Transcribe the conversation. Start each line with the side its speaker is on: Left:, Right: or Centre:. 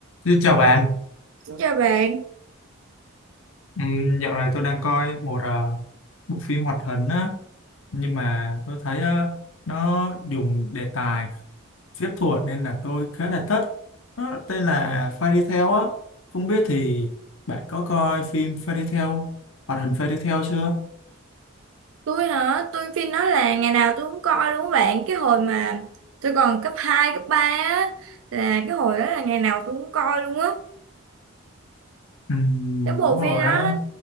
Left: Xin chào bạn,
Right: Chào bạn,
Left: Ừm, dạo này tôi đang coi một ờ, bộ phim hoạt hình á, nhưng mà tôi thấy ờ, nó dùng đề tài phép thuật nên là tôi khá là thích. Nó tên là Fairy Tail á, không biết thì bạn có coi phim Fairy Tail, hoạt hình Fairy Tail chưa?
Right: tôi hả? Tôi phim nói là ngày nào tôi cũng coi đúng không bạn? Cái hồi mà tôi còn cấp 2, cấp 3 á là cái hồi đó là ngày nào tôi cũng coi luôn á.
Left: Ừm,
Right: Cái
Left: đúng
Right: bộ phim
Left: rồi
Right: đó
Left: á,